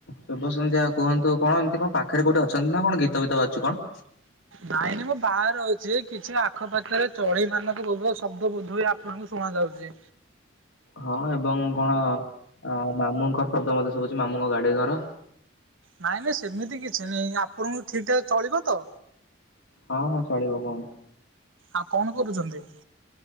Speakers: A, on the left; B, on the right.
A: ଶୁଭ ସନ୍ଧ୍ୟା। କୁହନ୍ତୁ କଣ ଏମିତି କଣ ପାଖରେ କୋଉଠି ଅଛନ୍ତି ନା କଣ ଗୀତ ଗୀତ ବାଜୁଛି କଣ?
B: ବାଏ। କାର ଅଛି। କିଛି ଆଖପାଖରେ ଚଢେଇ ମାନଙ୍କ ବଧ ଶବ୍ଦ ବୋଧ ଆପଣଙ୍କୁ ଶୁଣା ଯାଉଛି।
A: ହଁ ଏବଂ କଣ ମାମୁଁଙ୍କର ଶବ୍ଦ ମତେ ଶୁଭୁଛି। ମାମୁଁଙ୍କ ଗାଡି ଘର।
B: ନାଇଁ ନାଇଁ ସେମିତି କିଛି ନାଇଁ। ଆପଣଙ୍କୁ ଠିକ୍ ଠାକ୍ ଚଳିବ ତ।
A: ହଁ ହଁ ଚଳିବ କୁହନ୍ତୁ।
B: ଆଉ କଣ କରୁଛନ୍ତି?